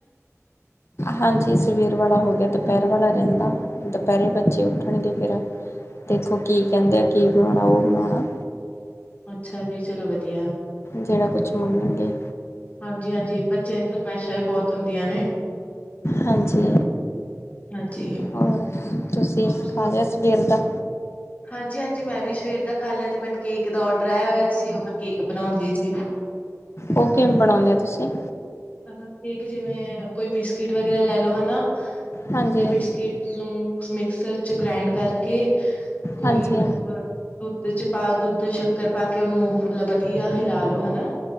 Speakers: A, on the left; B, on the left.
A: ਹਾਂਜੀ ਸਵੇਰ ਵਾਲਾ ਹੋ ਗਿਆ ਦੁਪਹਿਰ ਵਾਲਾ ਰਹਿੰਦਾ। ਦੁਪਹਿਰੇ ਬੱਚੇ ਉੱਠਣਗੇ ਫੇਰ ਦੇਖੋ ਕੀ ਕਹਿੰਦੇ ਆ ਕੀ ਬਣਾਉਣਾ ਉਹ ਬਣਾਉਣਾ।
B: ਅੱਛਾ ਜੀ ਚਲੋ ਵਧੀਆ। <unintelligible>
A: ਜਿਹੜਾ ਕੁਛ ਮੰਨਣਗੇ।
B: ਹਾਂਜੀ-ਹਾਂਜੀ, ਬੱਚਿਆਂ ਦੀ ਫਰਮਾਇਸ਼ਾਂ ਵੀ ਬਹੁਤ ਹੁੰਦੀਆਂ ਨੇ।
A: ਹਾਂਜੀ,
B: ਹਾਂਜੀ,
A: ਹੋਰ। ਤੁਸੀਂ
B: ਹੋਰ ਸੁਣਾਓ?
A: ਖਾ ਲਿਆ ਸਵੇਰ ਦਾ,
B: ਹਾਂਜੀ-ਹਾਂਜੀ, ਮੈਂ ਵੀ ਸਵੇਰ ਦਾ ਖਾ ਲਿਆ ਤੇ ਮੈਨੂੰ ਕੇਕ ਦਾ ਔਡਰ ਆਇਆ ਹੋਇਆ ਸੀ ਉਹ ਮੈਂ ਕੇਕ ਬਣਾਉਂਦੀ ਸੀ।
A: ਉਹ ਕਿਵੇਂ ਬਣਾਉਣੇ ਆ ਤੁਸੀਂ
B: ਕੇਕ ਜਿਵੇਂ ਕੋਈ ਬਿਸਕਿਟ ਵਗੈਰਾ ਲੈ ਲਓ ਹਨਾ।
A: ਹਾਂਜੀ
B: ਤੇ ਬਿਸਕਿਟ ਨੂੰ, ਮਿਕਸਰ ਚ ਗ੍ਰਾਇੰਡ ਕਰਕੇ ਕੋਈ
A: ਹਾਂਜੀ
B: ਮਤਲਬ ਦੁੱਧ ਚ ਪਾ ਦੁੱਧ ਸ਼ੱਕਰ ਪਾ ਕੇ ਉਹਨੂੰ ਮਤਲਬ ਵਧੀਆ ਹਿਲਾ ਲੋ ਹਨਾ